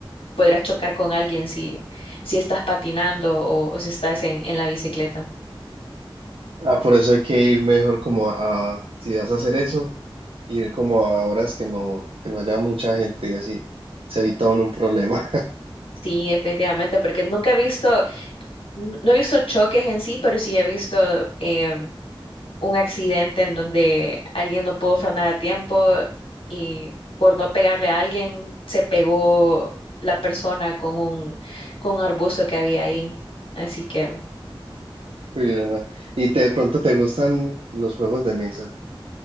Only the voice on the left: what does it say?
podrías chocar con alguien si, si estás patinando o, o si estás en, en la bicicleta.
Sí, efectivamente, porque nunca he visto. N- No he visto choques en sí, pero sí he visto em, un accidente en donde alguien no pudo frenar a tiempo y por no pegarle a alguien se pegó la persona con un, con un arbusto que había ahí. Así que...